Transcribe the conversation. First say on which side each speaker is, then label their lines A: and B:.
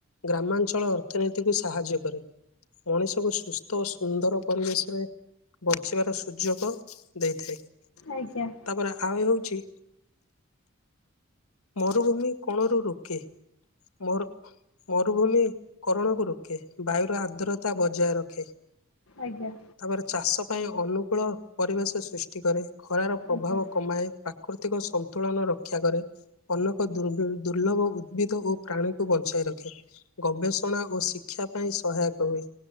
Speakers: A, on the left; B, on the left.
A: ଗ୍ରାମାଞ୍ଚଳ ଅର୍ଥନୀତିକୁ ସାହାଯ୍ୟ କରେ। ମଣିଷକୁ ସୁସ୍ଥ ଓ ସୁନ୍ଦର ପରିବେଶରେ ବଞ୍ଚିବାର ସୁଯୋଗ ଦେଇଥାଏ
B: ଆଜ୍ଞା।
A: ତାପରେ ଆଉ ହଉଛି ମରୁଭୂମି କୋଣରୁ ରୋକେ। ମୋର ମରୁଭୂମି କରଣକୁ ରୋକେ ବାୟୁର ଆର୍ଦ୍ରତା ବଜାୟ ରଖେ।
B: ଆଜ୍ଞା।
A: ତାପରେ ଚାଷ ପାଇଁ ଅନୁକୂଳ ପରିବେଶ ସୃଷ୍ଟି କରେ ଖରାର ପ୍ରଭାବ
B: ଆଜ୍ଞା
A: କମାଏ। ପ୍ରାକୃତିକ ସନ୍ତୁଳନ ରକ୍ଷା କରେ। ଅନେକ ଦୁର୍ ଦୁର୍ଲଭ ଉଦ୍ଭିଦ ଓ ପ୍ରାଣୀକୁ ବଞ୍ଚାଇ ରଖେ। ଗବେଷଣା ଓ ଶିକ୍ଷା ପାଇଁ ସହାୟକ ହୁଏ